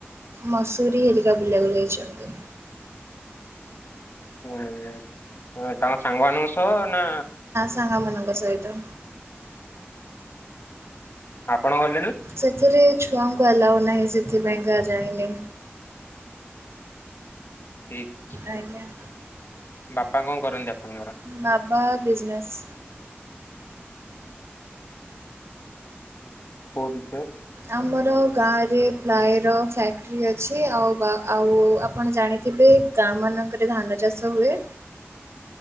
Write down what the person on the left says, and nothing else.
ହୁଁ ତାଙ୍କ ସାଙ୍ଗମାନଙ୍କ ସହ ନା
ଆପଣ ଗଲେନି।
ଠିକ୍।
ବାପା କଣ କରନ୍ତି ଆପଣଙ୍କର?
କଉ ବିଟେକ୍।